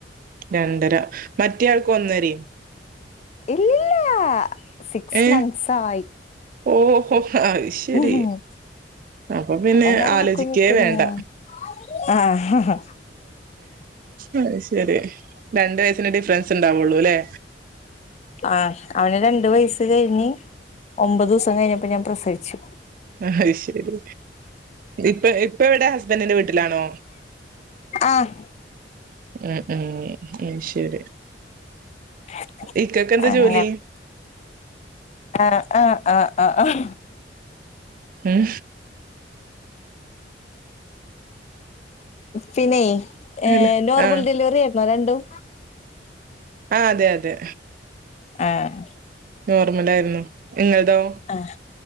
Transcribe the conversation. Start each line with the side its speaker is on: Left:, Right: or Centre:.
Right: രണ്ടര മറ്റേയാൾക്ക് ഒന്നര
Left: ഇല്ല ഇല്ല സിക്സ്
Right: ഏ
Left: മസ് ആയി
Right: ഓഹോ ശരി
Left: ഉം ഹ
Right: അപ്പൊ പിന്നെ
Left: അതന്നെ പറഞ്ഞകുഞ്ഞി
Right: ആലോചിക്കേ
Left: കുഞ്ഞിങ്ങള
Right: വേണ്ട
Left: ആഹ
Right: അ ശെരി രണ്ട വയസിന്റെ ഡിഫറൻസ് ഉണ്ടാവുള്ളു അല്ലേ
Left: ആഹ അവന് രണ്ടു വയസ കഴിഞ്ഞഞ് ഒമ്പത് ദിവസ കഴിഞ്ഞപ്പോൾ ഞാൻ പ്രസവിച്ചു
Right: അഹ് അയ്ശെരി ഇപ്പ ഇപ്പ എവിടെ ഹസ്ബൻഡിന്റെ വീട്ടിലാണോ
Left: ആഹ്
Right: ആഹ് ആഹ് ഉം ശരി
Left: <unintelligible>
Right: ഇക്കക്ക് എന്താ
Left: ആഹ്
Right: ജോലി
Left: ആഹ് ആഹ് ആഹ് ആഹ്
Right: ഉം
Left: പിന്നെ ഏഹ്
Right: അല്ല
Left: നോർമൽ
Right: ആ
Left: ഡെലിവറി ആര്ണോ രണ്ടും
Right: ആഹ് അതെ അതെ
Left: ആഹ്
Right: നോർമലാരുന്നു ഇങ്ങള്തോ
Left: ആഹ്